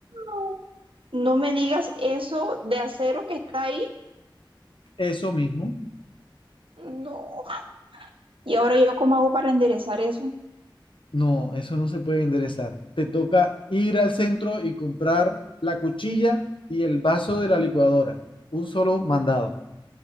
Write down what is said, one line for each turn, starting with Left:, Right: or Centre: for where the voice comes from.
Right: No, no me digas eso de acero que está ahí.
Left: Eso mismo.
Right: No. ¿Y ahora yo cómo hago para enderezar eso?
Left: No, eso no se puede enderezar. Te toca ir al centro y comprar la cuchilla y el vaso de la licuadora. Un solo mandado.